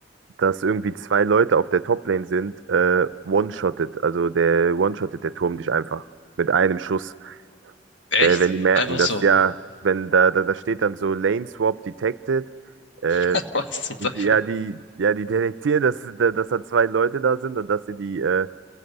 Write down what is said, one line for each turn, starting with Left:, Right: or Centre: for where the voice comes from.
Right: dass irgendwie zwei Leute auf der Top-Lane sind, äh, one-shottet, also der one-shottet der Turm dich einfach mit einem Schuss.
Left: Echt?
Right: Weil, wenn die merken,
Left: Einfach
Right: dass
Left: so.
Right: ja, wenn da, da, da steht dann so Lane Swap Detected, äh,
Left: <laughs> Was zum Teufel?
Right: die- ja, die, ja, die detektieren, dass, da- dass da zwei Leute da sind und dass ihr die, äh,